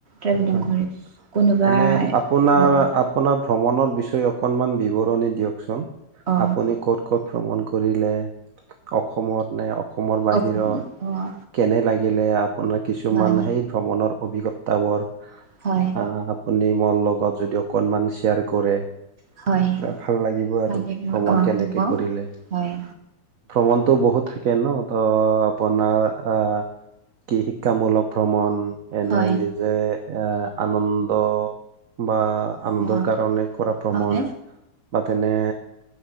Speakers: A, on the right (about 40°); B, on the right (about 55°).
A: ট্ৰেভেলিং
B: হয়
A: কৰে কোনোবাই
B: এনে আপোনাৰ
A: অ', অ',
B: আপোনাৰ ভ্ৰমণৰ বিচয়ে অকনমান বিৱৰণী দিয়কচোন
A: অ
B: আপুনি ক'ত-ক'ত ভ্ৰমণ কৰিলে অসমত নে অসমৰ
A: অ
B: বাহিৰত?
A: অ
B: কেনে লাগিলে আপোনাৰ কিছুমান
A: হয়
B: সেই ভ্ৰমণৰ অভিজ্ঞতা বোৰ
A: হয়
B: আহ, আপুনি মৰ লগত যদি অকনমান শ্বেয়াৰ কৰে
A: হয়
B: এনে ভাল লাগিব
A: কালিলৈ
B: আৰু ভ্ৰমণ
A: অ
B: কেনেকে
A: হ'ব
B: কৰিলে
A: হয়
B: ভ্ৰমণটো বহুত থাকে ন ত আপোনাৰ আহ কি শিক্ষামূলক ভ্ৰমণ এনে
A: হয়
B: নিজে আহ আনন্দ বা আনন্দৰ
A: অ
B: কাৰণে কৰা ভ্ৰমণ
A: হয়
B: বা তেনে